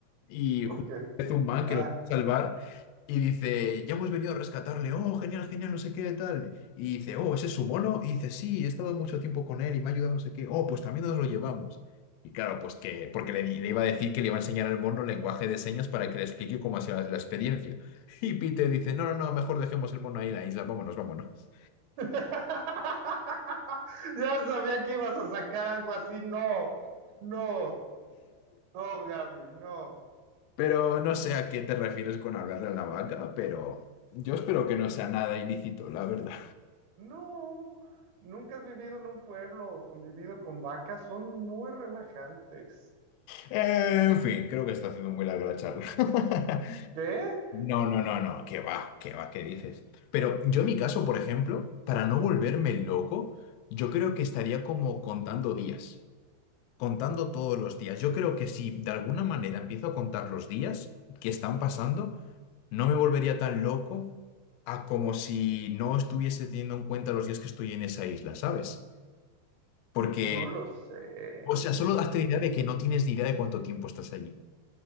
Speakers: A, on the left (about 80°); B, on the right (about 70°).
A: Y
B: ¿por
A: justo
B: qué?
A: es un man
B: Ah.
A: que lo quiere salvar y dice, ya hemos venido a rescatarle, oh, genial, genial, no sé qué, tal. Y dice, oh, ¿ese es su mono? Y dice, sí, he estado mucho tiempo con él y me ha ayudado, no sé qué, oh, pues también nos lo llevamos. Y claro, pues que, porque le, di- le iba a decir que le iba a enseñar al mono lenguaje de señas para que le explique cómo ha sido la, la experiencia. <laughs> Y Peter dice, no, no, no, mejor dejemos el mono ahí en la isla, vámonos, vámonos.
B: <laughs> Ya sabía que ibas a sacar algo así. No, no, no, Gaby, no.
A: Pero no sé a qué te refieres con hablarle a la vaca, pero yo espero que no sea nada ilícito, la verdad.
B: No, nunca has vivido en un pueblo o convivido con vacas. Son muy relajantes.
A: En fin, creo que está haciendo muy larga la charla. <laughs>
B: ¿Qué?
A: No, no, no, no, qué va, qué va, qué dices. Pero yo en mi caso, por ejemplo, para no volverme loco, yo creo que estaría como contando días, contando todos los días. Yo creo que si de alguna manera empiezo a contar los días que están pasando, no me volvería tan loco a como si no estuviese teniendo en cuenta los días que estoy en esa isla, ¿sabes? Porque,
B: No lo sé.
A: o sea, solo hazte la idea de que no tienes ni idea de cuánto tiempo estás allí.